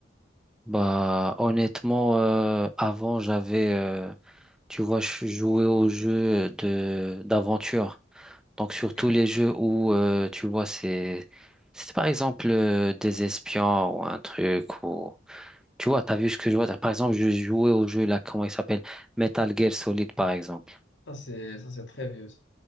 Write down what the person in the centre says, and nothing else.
Bah, honnêtement, euh, avant j'avais euh, Tu vois, je suis joué aux jeux de d'aventure. Donc surtout
les jeux où euh, tu vois c'est c'est par exemple euh, des espions ou un truc ou tu vois, t'as vu ce que je vois. t'as- Par exemple, je jouais au jeu là, comment il s'appelle? Metal Gear Solid par exemple.